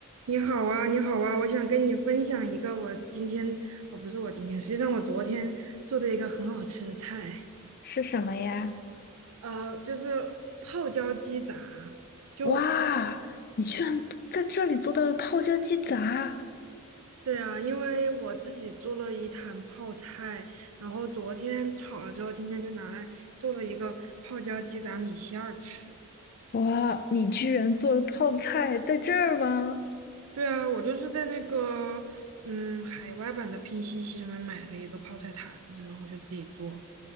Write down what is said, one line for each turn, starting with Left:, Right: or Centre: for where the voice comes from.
Right: 你好啊，你好啊，我想跟你分享一个我今天，哦，不是我今天，实际上我昨天做的一个很好吃的菜，
Left: 是什么呀？
Right: 呃，就是泡椒鸡杂。就
Left: 哇，你居然在这里做到了泡椒鸡杂！
Right: 对啊，因为我自己做了一坛泡菜，然后昨天炒了之后，今天就拿来做了一个泡椒鸡杂米线儿吃。
Left: 哇，你居然做了泡菜在这儿吗？
Right: 对啊，我就是在那个嗯海外版的拼夕夕上面买了一个泡菜坛子，然后就自己做。